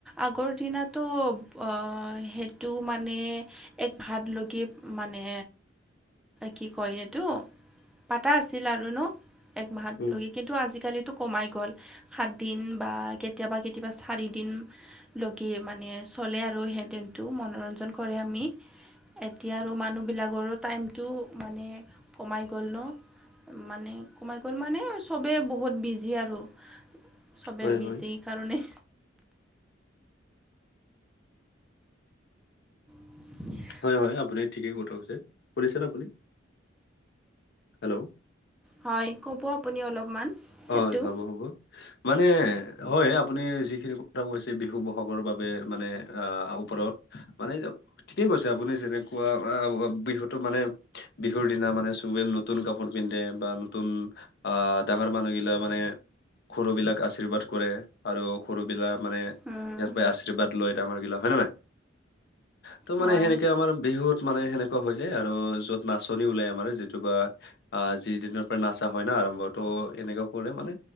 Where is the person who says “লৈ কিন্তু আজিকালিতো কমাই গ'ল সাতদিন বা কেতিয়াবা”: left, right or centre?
Centre